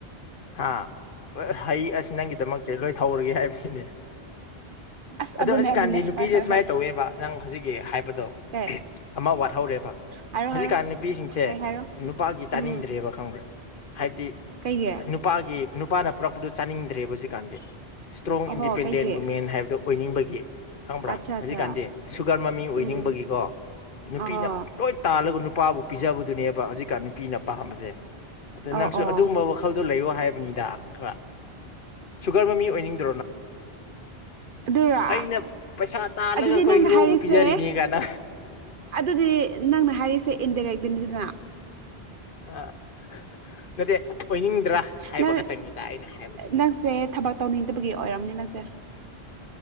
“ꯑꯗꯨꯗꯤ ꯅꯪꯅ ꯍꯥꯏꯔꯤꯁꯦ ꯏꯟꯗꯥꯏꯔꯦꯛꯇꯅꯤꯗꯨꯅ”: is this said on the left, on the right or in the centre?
Right